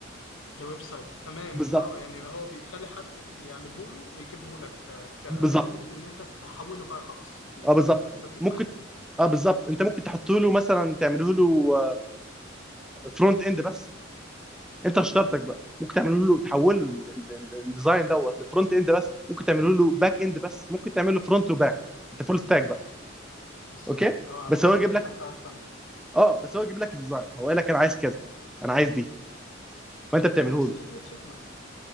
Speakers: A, on the left; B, in the centre.
A: الويب سايت تمام
B: بالظبط
A: اه يعني هو بيخلي حد يعمله له ويجيبه لك كتمبلت
B: بالظبط
A: ان انت تحوله بقى خلاص يبقى
B: اه بالظبط
A: ستاتيك
B: ممكن
A: معاك واحد
B: اه بالظبط انت ممكن تحط له مثلا تعمله له فرونت اند بس انت اشترتك
A: امم
B: بقى ممكن تعمله له تحول له الديزاين دوت لفرونت اند بس ممكن تعمله له باك اند بس ممكن تعمل له فرونت وباك انت فول ستاك بقى
A: بالظبط
B: اوكي
A: اه على
B: بس
A: حسب
B: هو يجيب
A: انت
B: لك
A: هتعرف تعمل ايه
B: اه بس هو يجيب لك الديزاين هو قال لك انا عايز كذا انا عايز دي فانت بتعمله
A: هي نفس
B: له
A: فكرة فيجما